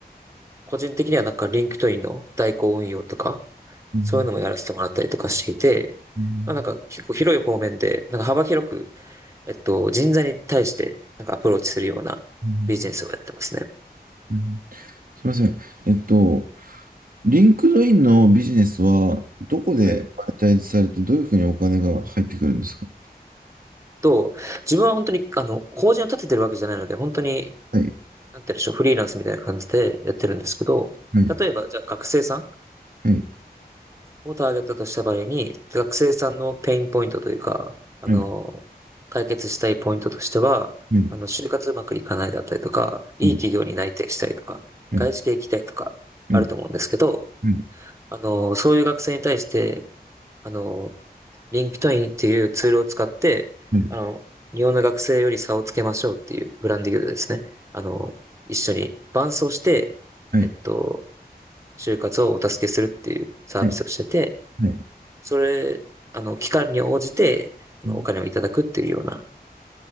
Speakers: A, on the right; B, on the right.
A: 個人的にはなんかリンクトインの代行運用とか、
B: うん
A: そういうのもやらせてもらったりとかしていて、
B: うん
A: まあ、なんか結構広い方面で、なんか幅広くえっと、人材に対してなんかアプローチするようなビジネスをやってますね。
B: うんうんすみません。えっと、リンクドインのビジネスはどこでマネタイズされて、
A: はい。
B: どういうふうにお金が入ってくるんですか
A: と、自分は本当に、あの、法人を立ててるわけじゃないので、本当に、
B: はい、
A: なんて言うんでしょう、フリーランスみたいな感じでやってるんですけど、
B: はい、
A: 例えば、じゃあ学生さん
B: はい、はい、
A: をターゲットとした場合に、学生さんのペインポイントというか、あの、
B: はい、
A: 解決したいポイントとしては、
B: は
A: あの、就活うまくいかないだったりとか、いい企業に内定したいとか、
B: い。はい
A: 外資系行きたいとか、
B: はい、
A: あると思うんですけど、
B: はい、
A: あの、そういう学生に対して、あの、リンクトインっていうツールを使って、
B: は
A: あの、日本の学生より差をつけましょうっていうブランディングでですね、あの、一緒に伴走して、
B: い、
A: えっと、就活をお助けするっていうサービスをしてて、
B: はい、はい、はい、
A: それ、あの、期間に応じて、あの、
B: うん、
A: お金をいただくっていうような